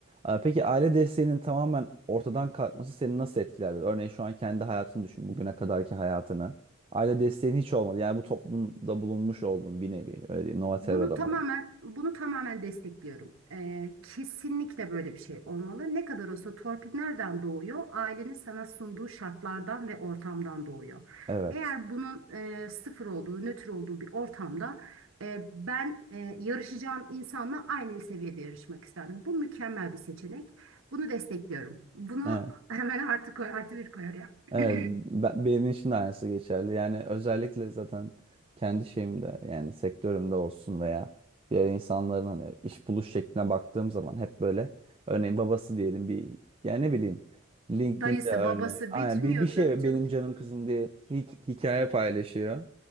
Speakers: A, on the right (about 25°); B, on the right (about 65°).
A: Ee, Peki aile desteğinin tamamen ortadan kalkması seni nasıl etkilerdi? Örneğin şu an kendi hayatını düşün, bugüne kadarki hayatını. Aile desteğin hiç olmadı. Yani bu toplumda bulunmuş oldun bir nevi. Öyle diyeyim, Novaterra'da
B: Bunu tamamen
A: bulun.
B: bunu tamamen destekliyorum. Ee, kesinlikle böyle bir şey olmalı. Ne kadar olsa torpil nereden doğuyor? Ailenin sana sunduğu şartlardan ve ortamdan doğuyor.
A: Evet.
B: Eğer bunun e, sıfır olduğu, nötr olduğu bir ortamda e, ben e, yarışacağım insanla aynı seviyede yarışmak isterdim. Bu mükemmel bir seçenek. Bunu destekliyorum. Bunu
A: Evet.
B: hemen artı koy, artı bir koyar ya.
A: Evet,
B: <clears throat>
A: be- benim için de aynısı geçerli. Yani özellikle zaten kendi şeyimde yani sektörümde olsun veya diğer insanların hani iş buluş şekline baktığım zaman hep böyle örneğin babası diyelim bir yani ne bileyim LinkedIn'de
B: Dayısı,
A: örneğin
B: babası
A: aynen
B: bitmiyor
A: bir, bir şey
B: tabii canım.
A: benim canım kızım diye hi- hikaye paylaşıyor.